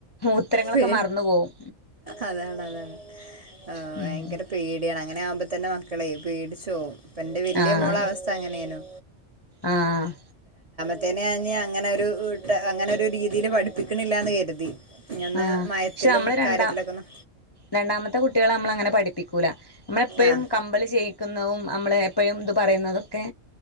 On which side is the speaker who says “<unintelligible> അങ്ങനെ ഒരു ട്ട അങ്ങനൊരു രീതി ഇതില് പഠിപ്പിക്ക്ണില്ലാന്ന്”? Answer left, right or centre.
Right